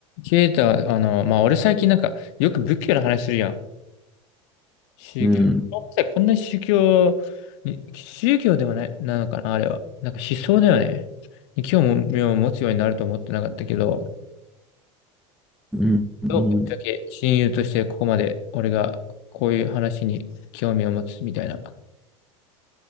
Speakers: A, on the left (about 60°); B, in the centre.
A: ケイタ、あの、まあ、俺最近なんか、よく仏教の話するやん。宗教。
B: うん。
A: ごめんなさいこんなに宗教に、宗教ではない、なのかな、あれは。なんか思想だよね。に興味を持つようになると思ってなかったけど、
B: うん。うん
A: どうぶっちゃけ親友としてここまで俺がこういう話に興味を持つみたいな。